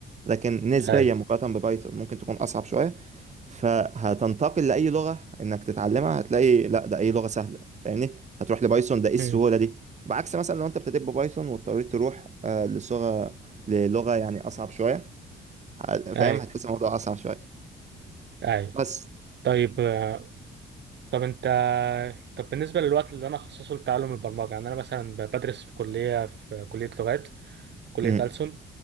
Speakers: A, on the right; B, on the right.
A: لكن نسبيا
B: ايوه
A: مقارنة ببايثون ممكن تكون اصعب شوية فهتنتقل لأي لغة إنك تتعلمها هتلاقي لأ ده أي لغة سهلة فاهمني هتروح لبايثون ده إيه السهولة
B: امم
A: دي بعكس مثلا لو أنت ابتديت ببايثون واضطريت تروح آه لصغة للغة يعني أصعب شوية ه- فاهم
B: ايوه
A: هتحس الموضوع أصعب شوية
B: ايوه
A: بس
B: طيب آه، طب انت طب بالنسبه للوقت اللي انا اخصصه لتعلم البرمجه يعني انا مثلا بدرس في كليه في كليه لغات كلية
A: م
B: ألسن